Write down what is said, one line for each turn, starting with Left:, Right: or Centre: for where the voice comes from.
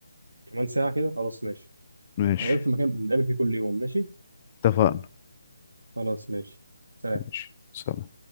Right: كمان ساعه كده خلاص ماشي
Left: ماشي
Right: هنقابل في مكان بنتقابل فيه كل يوم ماشي
Left: اتفقنا
Right: خلاص ماشي سلام
Left: ماشي سلام